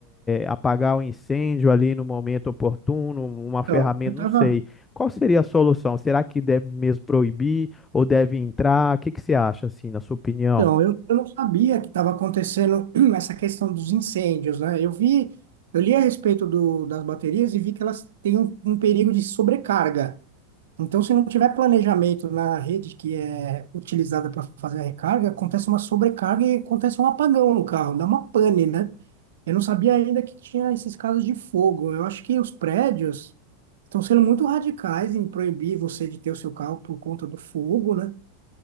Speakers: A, on the left; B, on the right.
A: apagar o incêndio ali no momento oportuno, uma
B: então,
A: ferramenta,
B: eu estava
A: não sei. Qual seria a solução? Será que deve mesmo proibir ou deve entrar? O que que você acha, assim, na sua opinião?
B: Então, eu, eu não sabia que estava acontecendo <clears throat> essa questão dos incêndios, né? Eu vi, eu li a respeito do, das baterias e vi que elas têm um, um perigo de sobrecarga. Então, se não tiver planejamento na rede que é utilizada para fazer a recarga, acontece uma sobrecarga e acontece um apagão no carro, dá uma pane, né? Eu não sabia ainda que tinha esses casos de fogo. Eu acho que os prédios estão sendo muito radicais em proibir você de ter o seu carro por conta do fogo, né?